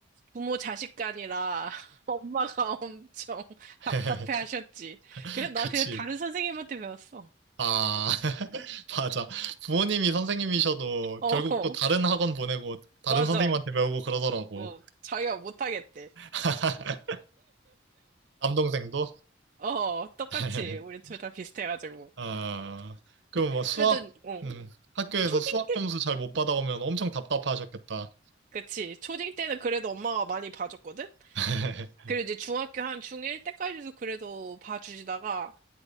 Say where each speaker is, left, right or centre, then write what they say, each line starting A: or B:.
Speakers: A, on the right; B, on the right.
A: 부모 자식 간이라 <laughs> 엄마가 엄청 <laughs>
B: <laughs>
A: 답답해 하셨지. 그래, 나
B: 그치.
A: 그냥 다른 선생님한테 배웠어.
B: 아, <laughs> 맞아. 부모님이 선생님이셔도
A: 어,
B: 결국 또 다른 학원 보내고 다른
A: 맞아.
B: 선생님한테 배우고 그러더라고.
A: 어, 자기가 못하겠대.
B: <laughs> 남동생도.
A: 어, 똑같이.
B: <laughs>
A: 우리 둘 다 비슷해가지고.
B: 아, 그럼 뭐 수학,
A: 그래도, 어.
B: 음, 학교에서
A: 초딩
B: 수학
A: 때,
B: 점수 잘 못 받아오면 엄청 답답하셨겠다.
A: 그치. 초딩 때는 그래도 엄마가 많이 봐줬거든?
B: <laughs>
A: 그리고 이제 중학교 한 중1 때까지도 그래도 봐주시다가